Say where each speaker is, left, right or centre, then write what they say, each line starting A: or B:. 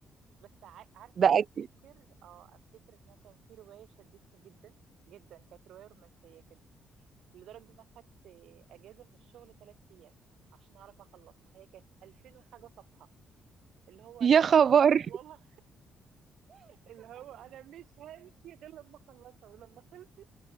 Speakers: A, on the right; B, on the right.
A: بس ع- عارفه
B: ده
A: افتكر
B: اكيد
A: اه افتكر ان أنا كان في روايه شدتني جدا جدا كانت روايه رومانسيه كده لدرجه ان انا خدت اجازه من الشغل ثلاث ايام عشان اعرف اخلصها هي كانت 2000 وحاجه صفحه اللي هو
B: يا
A: لا انا
B: خبر
A: م- والله اللي هو انا مش همشي غير لما اخلصها ولما خلصت